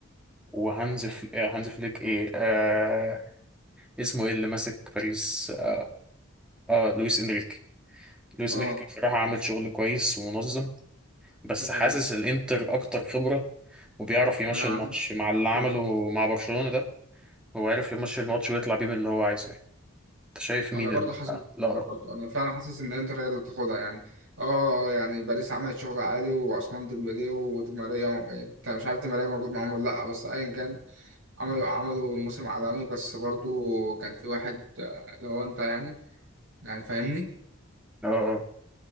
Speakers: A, in the centre; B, on the right.
A: وهانز فل... آه، هانز فليك ايه آه... اسمه ايه اللي ماسك باريس اه آه، لويس انريكي لويس
B: أه
A: انريكي بصراحة عامل شغل كويس ومنظم بس
B: دي حقيقة
A: حاسس الانتر اكتر خبرة وبيعرف يمشي
B: أنا عارف
A: الماتش مع اللي عمله
B: كده
A: مع برشلونة ده هو عارف يمشي الماتش ويطلع بيه من اللي هو عايزه يعني انت شايف
B: ما
A: مين
B: انا برضه
A: ال-
B: حاسس
A: آه، الأقرب
B: كده برضه انا فعلا حاسس ان انتر هي اللي تاخدها يعني اه يعني باريس عملت شغل عالي وعثمان ديمبلي ودي ماريا انت مش عارف دي ماريا موجود معاهم ولا لا بس ايا كان عملوا عملوا موسم عالمي بس برضه كان في واحد آه، لو انت يعني يعني فاهمني
A: اه آه.